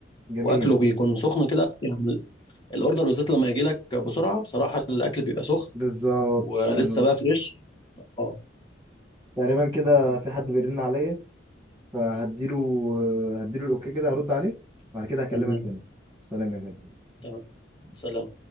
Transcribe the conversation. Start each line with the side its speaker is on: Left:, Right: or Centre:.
Right: جميل
Left: واكله بيكون سخن كده يعني الاوردر بالذات لما يجي لك بسرعه بصراحه الاكل بيبقى سخن
Right: بالظبط
Left: ولسه
Right: يعني
Left: بقى فريش اه
Right: تقريبا كده في حد بيرن عليا فهديله هديله الاوكي كده هرد عليه وبعد كده هكلمك
Left: تمام
Right: تاني سلام يا غالي
Left: تمام سلام